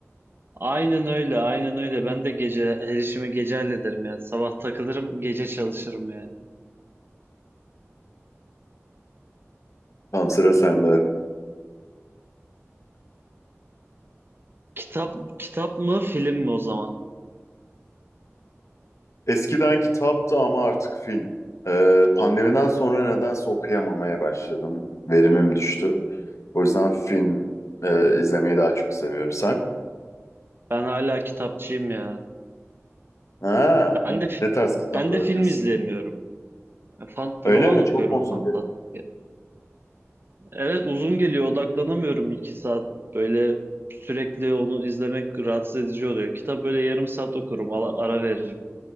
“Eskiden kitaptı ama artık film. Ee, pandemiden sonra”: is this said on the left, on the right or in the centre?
Left